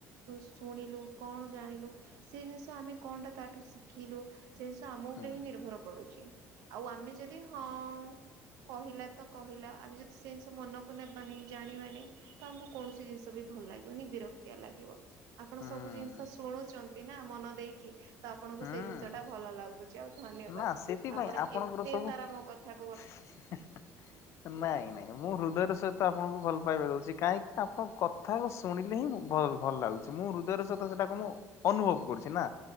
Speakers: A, on the right; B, on the left.
A: ଶୁଣିଲୁ କଣ ଜାଣିଲୁ ସେ ଜିନିଷ ଆମେ କଣଟା ତାଠୁ ଶିଖିଲୁ ସେ ଜିନିଷ ଆମ ଉପରେ
B: ହୁଁ
A: ହିଁ ନିର୍ଭର କରୁଛି ଆଉ ଆମେ ଯଦି ହଁ କହିଲା ତ କହିଲା ଆମେ ଯଦି ସେ ଜିନିଷ ମନକୁ ନେବାନି ଜାଣିବାନି ତ ଆମକୁ କୌଣସି ଜିନିଷ ବି ଭଲ ଲାଗିବନି ବିରକ୍ତିଆ ଲାଗିବ ଆପଣ
B: ହୁଁ
A: ସବୁ ଜିନିଷ ଶୁଣୁଛନ୍ତି ନା ମନ ଦେଇକି ତ ଆପଣଙ୍କୁ
B: ହୁଁ।
A: ସେଇ ଜିନିଷ ଟା ଭଲ ଲାଗୁଛି ଆଉ ଧନ୍ୟବାଦ
B: ନା ସେଥିପାଇଁ
A: ଆପଣ
B: ଆପଣଙ୍କର
A: ଏତେ
B: ସବୁ
A: ସାରା ମୋ କଥା
B: ନାଇଁ ନାଇଁ ମୁଁ ହୃଦୟରେ ସହିତ ଆପଣଙ୍କୁ ଭଲ ପା ଉଛି କାହିଁକି ନା ଆପଣ କଥା ଶୁଣେ ହିଁ ଭଲ ଲାଗୁଛି ମୁଁ ହୃଦୟ ସହିତ ସେଟାକୁ ମୁଁ ଅନୁଭବ କରୁଛି ନା